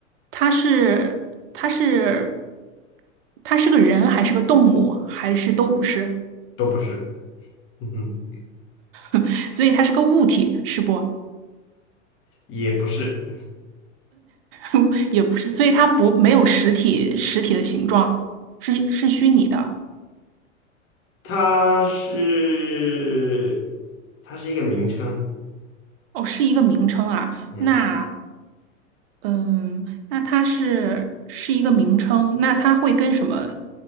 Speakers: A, on the right; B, on the left.
A: 它是它是它是个人还是个动物，还是都不是？
B: 都不是，嗯哼，
A: <laughs> 所以它是个物体，是不？
B: 也不是，
A: <laughs> 也不是，所以它不没有实体实体的形状，是是虚拟的。
B: 它是，它是一个名称，
A: 哦，是一个名称啊。
B: 嗯，
A: 那嗯，那它是是一个名称，那它会跟什么